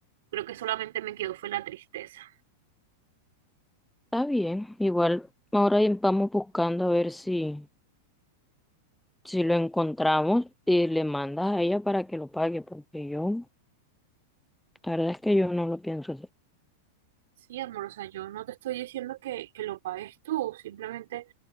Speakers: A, on the right; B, in the centre.
A: creo que solamente me quedó fue la tristeza.
B: Está bien, igual ahora vamos buscando a ver si, si lo encontramos y le mandas a ella para que lo pague, porque yo, la verdad es que yo no lo pienso hacer.
A: Sí, amor, o sea, yo no te estoy diciendo que, que lo pagues tú, simplemente